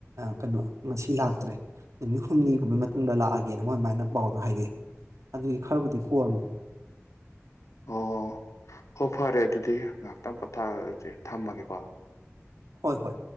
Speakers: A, on the right; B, on the left.
A: ꯀꯩꯅꯣ ꯉꯁꯤ ꯂꯥꯛꯇ꯭ꯔꯦ ꯅꯨꯃꯤꯠ ꯍꯨꯝꯅꯤꯒꯨꯝꯒꯤ ꯃꯇꯨꯡꯗ ꯂꯥꯛꯑꯒꯦꯅ ꯃꯣꯏ ꯑꯗꯨꯃꯥꯏꯅ ꯄꯥꯎꯗꯣ ꯍꯥꯏꯔꯛꯑꯦ ꯑꯗꯨꯒꯤ ꯈꯔꯕꯨꯗꯤ ꯀꯣꯝꯃꯤ
B: ꯑꯣ ꯍꯣ ꯐꯔꯦ ꯑꯗꯨꯗꯤ ꯉꯥꯏꯍꯥꯛꯇꯪ ꯄꯣꯊꯥꯔꯁꯦ ꯊꯝꯃꯒꯦꯀꯣ
A: ꯍꯣꯏ ꯍꯣꯏ